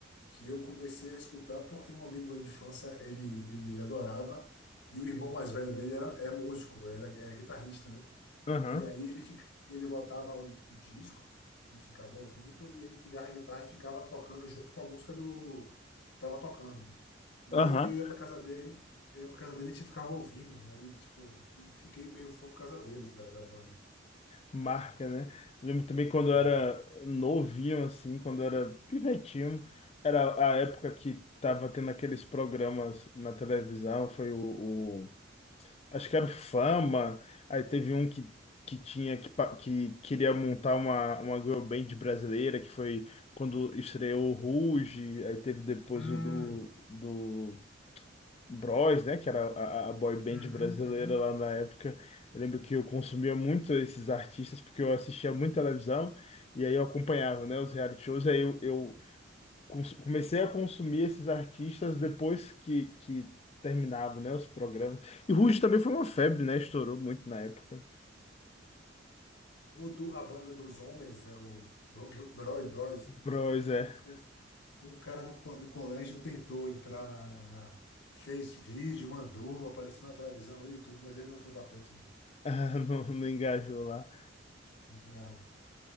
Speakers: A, on the left; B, on the left.
A: que eu comecei a escutar porque um amigo meu de infância, ele, ele adorava, e o irmão mais velho dele era, é músico, era, é guitarrista, né?
B: Aham,
A: E aí ele, fica, ele botava o, o disco e ficava ouvindo, e ele ligava a guitarra e ficava tocando junto com a música do. que Tava tocando. E
B: aham.
A: aí eu ia pra casa dele, eu ia pra casa dele e a gente ficava ouvindo. Aí, tipo, eu fiquei meio fã por causa deles, da, da banda.
B: Marca, né? Eu lembro também quando
A: É.
B: eu era novinho, assim, quando eu era pivetinho, era a época que tava tendo aqueles programas na televisão, foi o, o- acho que era o Fama, aí teve um que, que tinha, que, pa- que queria montar uma, uma girl band brasileira, que foi quando estreou o Ruge, aí teve depois
A: Hum,
B: o do, Bros, né? Que era a, a boy band
A: uhum,
B: brasileira
A: uhum.
B: lá na época. Eu lembro que eu consumia muito esses artistas porque eu assistia muito televisão e aí eu acompanhava, né? Os reality shows. Aí eu, eu cons- comecei a consumir esses artistas depois que, que terminavam, né? Os programas. E Ruge também foi uma febre, né? Estourou muito na época.
A: O do, a banda dos homens, é o Bro- Bro- Brothers,
B: Bros,
A: um,
B: é. <laughs>
A: um Um cara do, co- do colégio tentou entrar na, na- na- fez vídeo, mandou, apareceu na televisão, ele e tudo, mas ele não foi pra frente.
B: Ah, não, não engajou lá.
A: Não.